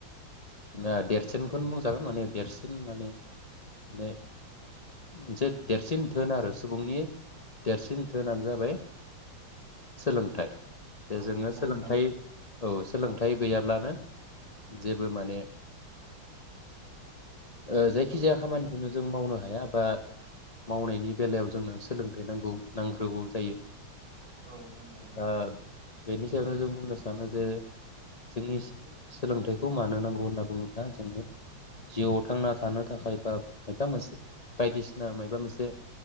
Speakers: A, on the left; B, on the right.
A: ओ देरसिनखौनो बुंजागोन माने देरसिन माने माने मोनसे देरसिन धोन आरो सुबुंनि देरसिन धोनानो जाबाय सोलोंथाइ। दे
B: औ
A: जोङो
B: नंगौ
A: सोलोंथाइ
B: नोंथां
A: औ सोलोंथाइ गैयाब्लानो जेबो माने ओ जायखिजाया
B: औ
A: खामानि नो जों मावनो हाया बा मावनायनि बेलायाव जोंनो सोलोंथाइ नांगौ नांग्रोगौ जायो
B: औ नंगौ नोंथां
A: ओ बेनि सायावनो जों बुंनो सानो जे जोंनि सोलोंथाइखौ मानो नांगौ होनना बुङोब्ला जोङो जिउआव थांना थानो थाखाय बा मबा मोनसे बायदिसिना माबा मोनसे